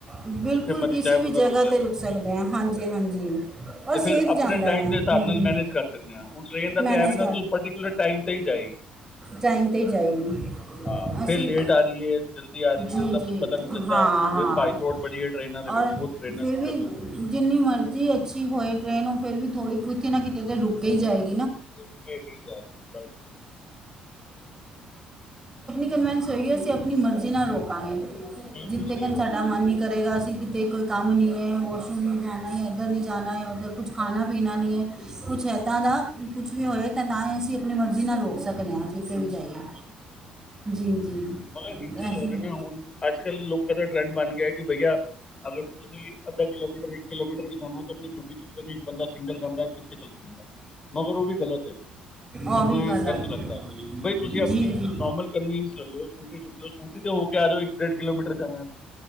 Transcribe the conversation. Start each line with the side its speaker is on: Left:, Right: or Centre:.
Right: ਬਿਲਕੁਲ
Left: ਜਿੱਥੇ ਮਰਜ਼ੀ
Right: ਕਿਸੇ
Left: ਚਾਹੇ
Right: ਵੀ
Left: ਬੰਦਾ
Right: ਜਗਾ
Left: ਰੋਕ
Right: 'ਤੇ ਰੁਕ ਸਕਦੇ ਹਾਂ ਹਾਂਜੀ, ਹਾਂਜੀ ਔਰ
Left: ਤੇ
Right: ਸੇਫ
Left: ਫਿਰ ਆਪਣੇ
Right: ਜਾਂਦਾ
Left: ਟਾਈਮ
Right: ਹੈ
Left: ਦੇ ਹਿਸਾਬ
Right: ਹੂੰ
Left: ਨਾਲ
Right: ਹੂੰ
Left: ਮੈਨੇਜ ਕਰ ਸਕਦੇ ਹੁਣ ਟ੍ਰੇਨ ਦਾ
Right: ਮੈਨੇਜ
Left: ਤਾਂ ਇਹ ਵੀ ਨਾ ਪਰਟੀਕੂਲਰ ਟਾਈਮ ਤੇ ਹੀ ਜਾਏਗੀ
Right: ਟਾਈਮ ਤੇ ਹੀ ਜਾਏਗੀ।
Left: ਹਾਂ
Right: ਅਸੀਂ
Left: ਫਿਰ ਲੇਟ ਆ ਰਹੀ ਹੈ ਜਲਦੀ ਆ ਰਹੀ
Right: ਜੀ,
Left: ਹੈ ਉਹਦਾ
Right: ਜੀ
Left: ਕੁਛ ਪਤਾ ਨਹੀਂ
Right: ਹਾਂ,
Left: ਚੱਲਦਾ
Right: ਹਾਂ
Left: ਫਿਰ ਭਾਈ ਦੌੜ ਬੜੀ ਹੈ ਟ੍ਰੇਨਾਂ ਦੇ ਵਿੱਚ
Right: ਔਰ
Left: ਬਹੁਤ ਟ੍ਰੇਨਾਂ
Right: ਫਿਰ
Left: ਦਿੱਕਤ
Right: ਵੀ
Left: ਹੈ
Right: ਜਿੰਨੀ ਮਰਜ਼ੀ ਅੱਛੀ ਹੋਏ ਟ੍ਰਰੇਨ ਉਹ ਫਿਰ ਵੀ ਥੋੜ੍ਹੀ ਕਿਤੇ ਨਾ ਕਿਤੇ ਤਾਂ ਰੁਕ ਹੀ ਜਾਏਗੀ <unintelligible>
Left: ਰੁਕ ਕੇ ਹੀ ਜਾਏ ਬਸ
Right: ਕੰਨਵੇਂਸ ਹੋਈ ਗੀ ਅਸੀਂ ਆਪਣੀ ਮਰਜੀ ਨਾਲ ਰੋਕਾ ਗੇ
Left: ਬਿਲਕੁਲ
Right: ਜਿਥੇ
Left: ਸਹੀ
Right: ਤਕ ਸਾਡਾ
Left: ਗੱਲ
Right: ਮਨ ਕਰੇਗਾ ਅਸੀਂ ਕਿਤੇ ਕੋਈ ਕੰਮ ਨਹੀਂ ਹੈ ਵਾਸ਼ਰੂਮ ਨ ਜਾਣਾ ਹੈ ਇੱਧਰ ਨਹੀ ਜਾਣਾ ਹੈ। ਤੇ ਕੁਛ ਖਾਣਾ
Left: ਹਾਂ ਹਾਂ
Right: ਪੀਣਾ ਨਹੀਂ ਹੈ ਕੁਛ ਇੱਦਾਂ ਦਾ ਕੁਛ ਵੀ ਹੋਏ ਤਾਂ ਤਾਂ ਹੀ ਅਸੀਂ ਆਪਣੀ ਮਰਜ਼ੀ ਨਾਲ ਰੋਕ ਸਕਦੇ ਹਾਂ ਕਿਤੇ ਵੀ ਜਾਈਏ ਜੀ ਜੀ
Left: ਮਗਰ ਇੱਕ ਚੀਜ਼
Right: ਇਹੀ
Left: ਹੋ ਰਹੀ ਨਾ ਹੁਣ ਅੱਜ ਕਲ ਲੋਕਾਂ ਦਾ ਟਰੈਂਡ ਬਣ ਗਿਆ ਕਿ <inaudible> ਅਗਰ ਤੁਸੀਂ ਅੱਧਾ ਕਿਲੋਮੀਟਰ ਇੱਕ ਕਿਲੋਮੀਟਰ ਵੀ ਜਾਣਾ ਤਾਂ ਆਪਣੀ ਗੱਡੀ ਚੁੱਕਦਾ ਇੱਕ ਬੰਦਾ ਸਿੰਗਲ ਜਾਂਦਾ ਚੁੱਕ ਚੱਲ ਜਾਂਦਾ ਮਗਰ ਉਹ ਵੀ ਗ਼ਲਤ ਹੈ
Right: ਆ
Left: ਮੈਨੂੰ
Right: ਵੀ
Left: ਇਹ
Right: ਗੱਲ
Left: ਗ਼ਲਤ
Right: ਆ ਗਈ।
Left: ਲੱਗਦਾ ਹੈ। ਬਈ ਤੁਸੀਂ ਆਪਣੀ
Right: ਜੀ ਜੀ
Left: ਨੋਰਮਲ ਕਾਨਵਿੰਸ ਲੈ ਲਓ ਸਕੂਟੀ ਚੁੱਕ ਲ ਸਕੂਟੀ ਤੇ ਹੋ ਕੇ ਆ ਜਾਓ ਇੱਕ ਡੇਢ ਕਿਲੋਮੀਟਰ ਜਾਣਾ